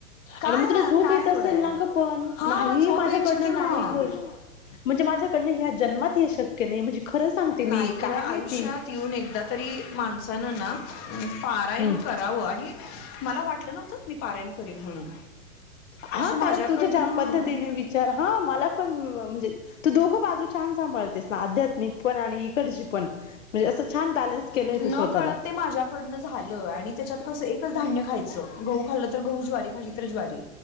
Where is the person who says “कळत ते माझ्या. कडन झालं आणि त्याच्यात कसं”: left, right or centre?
Left